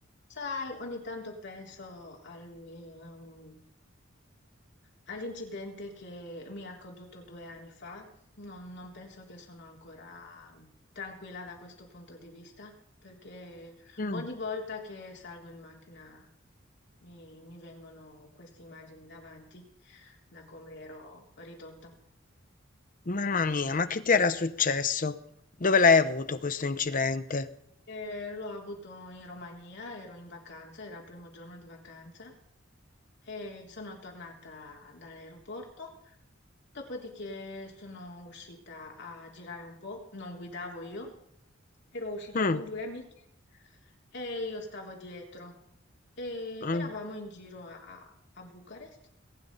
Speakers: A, on the left (about 60°); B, on the left (about 40°).
A: Sai, ogni tanto penso al- ehm, all'incidente che mi è accaduto due anni fa. Non, non penso che sono ancora tranquilla da questo punto di vista, perché
B: Mm,
A: ogni volta che salgo in macchina mi, mi vengono queste immagini davanti, da come ero ridotta.
B: Mamma mia, ma che ti era successo? Dove l'hai avuto questo incidente?
A: E l'ho avuto in Romania, ero in vacanza, era il primo giorno di vacanza. e sono tornata dall'aeroporto. Dopodiché sono uscita a girare un po', non guidavo io, ero uscita
B: Mm,
A: con due amiche e io stavo dietro. E
B: mm,
A: eravamo in giro a, a- a Bucarest,